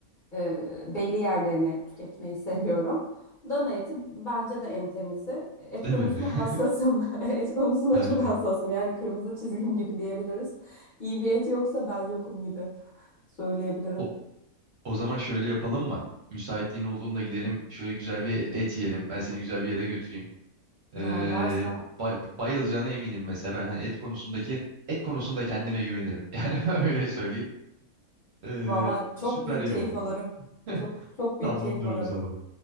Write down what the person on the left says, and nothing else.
e, belli yerlerini tüketmeyi seviyorum. Dana eti bence de en temizi. Et
konusunda
hassasım.
<laughs> Et konusunda
çok hassasım. Yani kırmızı çizgim gibi diyebiliriz. İyi bir et yoksa ben yokum gibi söyleyebilirim.
Aa, varsa
valla çok
büyük
keyif
alırım.
Çok çok büyük
keyif alırım.